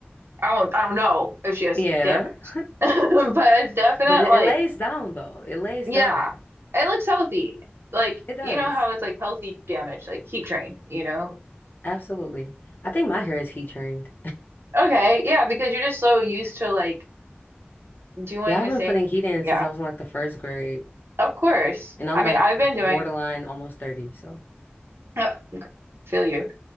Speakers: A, on the right; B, on the left.
A: I won't I don't know if she has
B: Yeah.
A: damage
B: <laughs>
A: <laughs> but it's definite
B: But it,
A: like
B: it lays down though. It lays
A: Yeah,
B: down.
A: it looks healthy. Like,
B: It does.
A: you know how it's like healthy damage, like heat trained, you know?
B: Absolutely. I think my hair is heat trained.
A: Okay, yeah, because you're just so used to like doing
B: Yeah, I've
A: the
B: been
A: same.
B: putting heat in
A: Yeah,
B: since I was in like the first grade,
A: of course.
B: and I'm
A: I mean,
B: like
A: I've been doing,
B: borderline almost 30, so
A: <laughs> feel you.